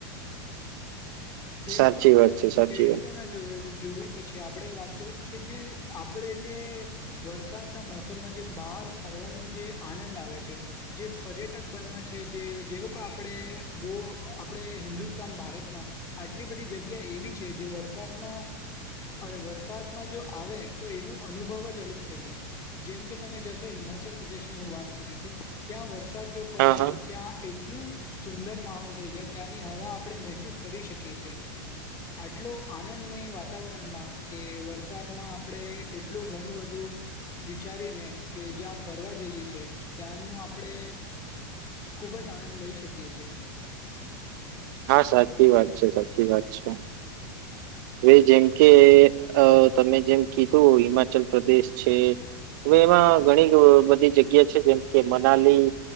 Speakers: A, on the left; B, on the right.
A: ખેડૂતોના
B: સાચી વાત છે સાચી
A: ખેડૂતોના
B: વાત
A: જોઇ જોવી પછ. છેઆપણે વાત કરીશું કે જે આપણે જે વરસાદના મોસમમાં જે બહાર ફરવા. જે આનંદ આવે છે, જે પર્યટક બનવા છે, જે જે લોકો આપણેે બો. આપણે હિન્દુસ્તાન ભારતમાં આટલી બધી જગ્યા એવી છે જે વરસાદમાં અને વરસાદમાં જો આવે તો એનું અનુભવ જ અલગ થઈ જાય. જેમ કે તમે જશો હિમાચલ પ્રદેશ ની હું વાત કરીશું ત્યાં વરસ. વરસાદ જો પડે
B: હા હા
A: તો ત્યાં એટલું સુંદર માહોલ થઈ જાય ત્યાંની હવા આપણે મહેસૂસ. કરી શકીએ છીએ. આટલો આનંદમય વાતાવરણમાં કે વરસાદમાં આપણે એટલું ઘણું બધું. વિચારી ને કે જ્યાં ફરવા જઈએ છે, ત્યાંનું આપણે ખૂબ જ આનંદ લઈ શકીએ છે.
B: હા સાચી વાત છે સાચી વાત છે. હવે જેમ કે અ તમે જેમ કીધું હિમાચલ પ્રદેશ છે. હવે એમાં ઘણી બધી જગ્યા છે જેમ કે મનાલી